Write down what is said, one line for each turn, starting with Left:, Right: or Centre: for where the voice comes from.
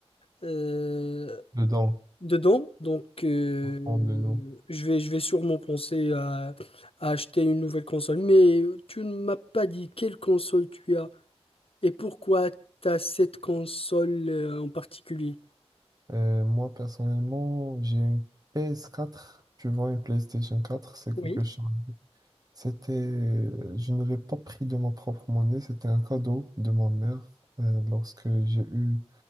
Left: euh,
Right: dedans,
Left: dedans, donc euh,
Right: prendre de nous.
Left: je vais, je vais sûrement penser à, à acheter une nouvelle console. Mais tu ne m'as pas dit quelle console tu as et pourquoi tu as cette console euh, en particulier.
Right: Euh, moi, personnellement, j'ai une PS4. Tu vois, une PlayStation 4, c'est
Left: Oui.
Right: quelque chose. C'était, euh, je ne l'ai pas pris de ma propre monnaie, c'était un cadeau de ma mère euh, lorsque j'ai eu